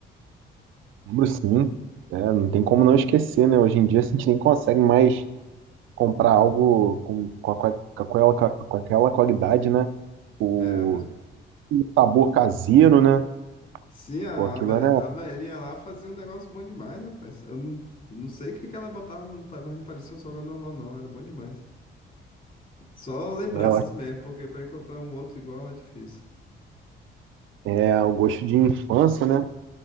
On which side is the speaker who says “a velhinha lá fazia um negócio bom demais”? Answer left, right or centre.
Left